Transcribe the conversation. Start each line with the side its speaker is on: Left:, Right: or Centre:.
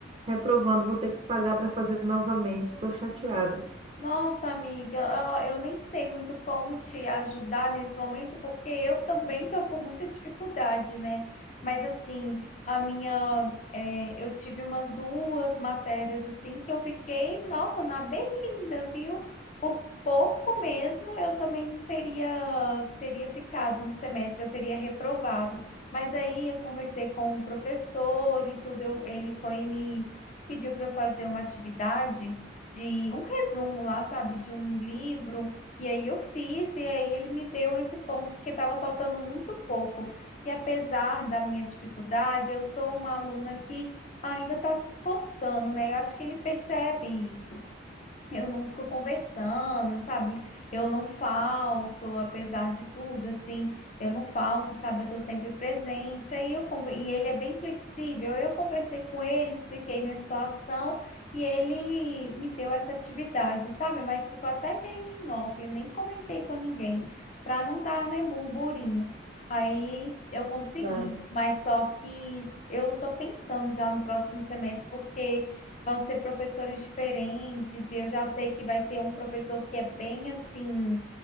Right: reprovando. Vou ter que pagar para fazer novamente. Estou chateada.
Left: Nossa, amiga, ó, eu nem sei muito como te ajudar nesse momento, porque eu também tô com muita dificuldade, né? Mas assim, a minha, é, eu tive umas duas matérias assim que eu fiquei, nossa, na berlinda, viu? Por pouco mesmo, eu também teria teria ficado no semestre, eu teria reprovado. Mas aí eu conversei com o professor e tudo, eu- ele foi e me pediu para eu fazer uma atividade de um resumo lá, sabe, de um livro. E aí eu fiz, e aí ele me deu esse ponto, porque estava faltando muito pouco. E apesar da minha dificuldade, eu sou uma aluna que ainda está se esforçando, né? Eu acho que ele percebe isso. Eu não fico conversando, sabe? Eu não falto, apesar de tudo, assim, eu não falto, sabe? Eu tô sempre presente. Aí eu conver- e ele é bem flexível. Eu conversei com ele, expliquei minha situação e ele me deu essa atividade, sabe? Mas ficou até meio em off, eu nem comentei com ninguém, para não dar, né, burburinho. Aí eu consegui,
Right: Verdade.
Left: mas só que eu tô pensando já no próximo semestre, porque vão ser professores diferentes, e eu já sei que vai ter um professor que é bem assim,